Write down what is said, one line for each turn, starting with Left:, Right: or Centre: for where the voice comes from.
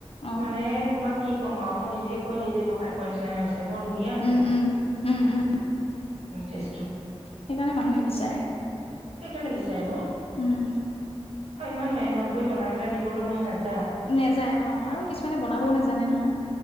Left: অ',
Right: মানে তোমাক কি ক'ম আৰু মই নিজ <unintelligible> নিজে বহাই। <unintelligible> নিচিনাহে হৈছ ছে, বৰ ধুনীয়া হৈছে৷
Left: উম, উম, উম, উম,
Right: টেষ্টটো৷
Left: সেইকাৰণে মানুহে বিচাৰে৷
Right: সেইকাৰণে বিচাৰে অ৷
Left: উম,
Right: অ ইমান মেহনত কৰি বনাই পেলাই দিবলৈ মন নাযায়৷
Left: নেযায় অ আৰু কিছুমানে বনাবও নেজানে নহয়৷